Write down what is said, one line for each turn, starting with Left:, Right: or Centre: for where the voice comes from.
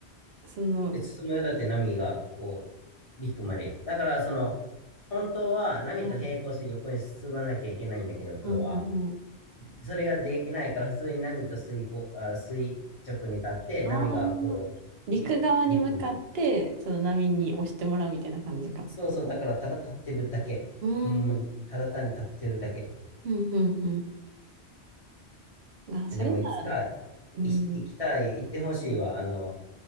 Right: その、
Left: で、進むよだって波がこう、陸まで。だから、その、本当は波と並行して横に進まなきゃいけないんだけど、
Right: うん
Left: プロは。
Right: うんうんうん。
Left: それができないから、普通に波と垂こ、あ、垂直に立って、
Right: ああ、
Left: 波がこう、
Right: 陸側に向かって、
Left: 陸、陸まで。
Right: その波に押してもらうみたいな感じか。
Left: そうそう、だから、ただ立ってるだけ。
Right: うーん、
Left: ほんまに、
Right: うん、
Left: ただ単に立ってるだけ。
Right: うん、うん。あ、それだ。
Left: でも、いつか、い
Right: うん、
Left: 行きたい、行ってほしいわ。あの、